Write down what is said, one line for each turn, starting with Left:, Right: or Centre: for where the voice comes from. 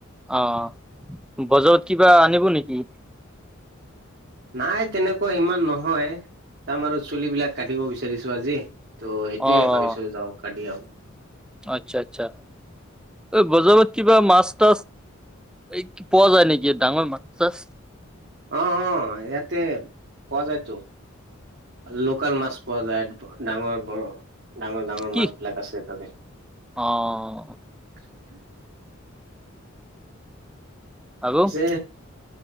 Centre: অ', বজাৰত কিবা আনিব নেকি?
Right: নাই তেনেকুৱা ইমান নহয়। তাম আৰু চুলিবিলাক কাটিব বিচাৰিছো আজি। ত' সেইটোয়ে
Centre: অ'
Right: ভাবিছো যাও ক <unintelligible> আহ
Centre: আচ্ছা আচ্ছা। এই বজাৰত কিবা মাছ তাছ এই কি পোৱা যায় নেকি, ডাঙৰ মাছ তাছ?
Right: অ', অ', ইয়াতে পোৱা যায়তো। লোকেল মাছ পোৱা যায় ডাঙৰ বৰ ডাঙৰ ডাঙৰ
Centre: কি?
Right: মাছ বিলাক আছে ততে।
Centre: অ'।
Right: <inaudible>
Centre: আৰু?
Right: পিছে